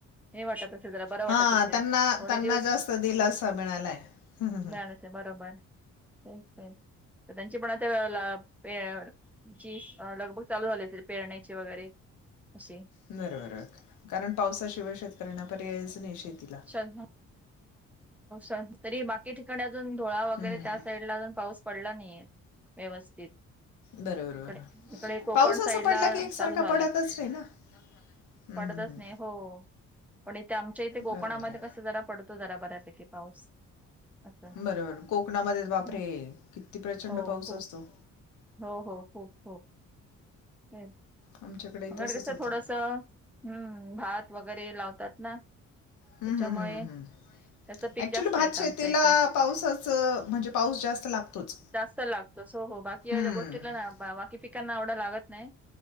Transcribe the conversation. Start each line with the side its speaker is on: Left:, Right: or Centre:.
Centre: हे वाटतं. जरा बरं वाटत
Left: हां
Centre: असेल.
Left: त्यांना
Centre: एवढे
Left: त्यांना
Centre: दिवस
Left: जास्त दिलासा मिळालाय हं, हं,
Centre: मिळाले
Left: हं.
Centre: बरोबर. तेच तेच. त्यांची पण आता <unintelligible> ते ची लगबग चालू झाली असेल, पेरण्याची वगैरे असे.
Left: बरोबर, कारण पावसाशिवाय शेतकऱ्यांना पर्यायचं नाही शेतीला.
Centre: <unintelligible> तरी बाकी ठिकाणी अजून, धुळा वगैरे
Left: हं, हं, हं.
Centre: त्या साईडला अजून पाऊस पडला नाहीये व्यवस्थित.
Left: बरोबर
Centre: इकडे,
Left: बरोबर
Centre: इकडे कोकण
Left: पाऊस असा
Centre: साइडला
Left: पडला की एकसारखा
Centre: चालू झालाय.
Left: पडतच नाही ना हं,
Centre: पडतच
Left: हं, हं.
Centre: नाही, हो, पण इथे, आमच्या इथे कोकणामध्ये
Left: बरोबर आहे
Centre: कसं, जरा पडतो जरा बऱ्या पैकी पाऊस. असं
Left: बरोबर. कोकणामध्ये बापरे
Centre: हम्म.
Left: कित्ती प्रचंड
Centre: हो
Left: पाऊस
Centre: खूप
Left: असतो.
Centre: हो हो, खूप, हो. ए
Left: आमच्याकडे
Centre: <unintelligible>
Left: तसंच
Centre: कसंय
Left: होतं
Centre: थोडसं, हं. भात वगैरे लावतात ना.
Left: हूं
Centre: त्याच्यामुळे
Left: हूं हूं हूं हूं.
Centre: त्याचं पीक
Left: एक्च्युली
Centre: जास्त
Left: भात
Centre: येत
Left: शेतीला
Centre: आमच्या इथे
Left: पाऊसच, म्हणजे पाऊस जास्त लागतोच.
Centre: जास्त लागतोच. हो हो, बाकी एव्हढ्या
Left: हम्म
Centre: गोष्टीला ना, बाकी पिकांना एव्हढा लागत नाही.